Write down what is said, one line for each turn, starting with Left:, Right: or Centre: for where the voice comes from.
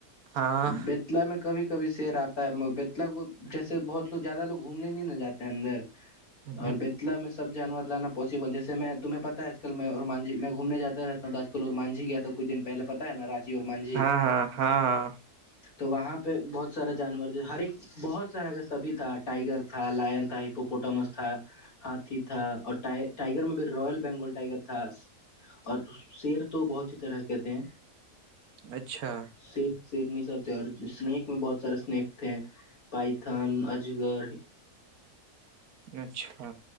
Right: ہاں
Left: بیت بیتلا میں کبھی کبھی شیر آتا ہے م بیتلا کو جیسے بہت لوگ زیادہ لوگ گھومنے نہیں نہ جاتے ہیں اندر
Right: ہ
Left: اور بیتلا میں سب جانور لانا پاسبل جیسے میں تمہیں پتا ہے آج کل میں مانجی میں گھومنے جاتا رہتا ہوں آکل اور مانجھی گیا تھا کچھ دن پہے پتا ہے نا مانھی
Right: ہاں ہاں ہاں ہاں
Left: تو وہاں پہ بہت سارا جانور جو ہر ایک بہت سارا کاگر سبھی تھا ٹائگر تھا لائن تھا ایپوپوٹامس تھا ہاتھی تھا اورٹ ٹائگر میں بھی روائل بینگول ٹائگر تھا اور شیر تو بہت ہی طرح کہتےے ہیں
Right: اچھا
Left: شیر سیرنی سب تھے اور اسنییک میں بہت سارے اسنیک تھے پائتھن اجگرر
Right: اچھا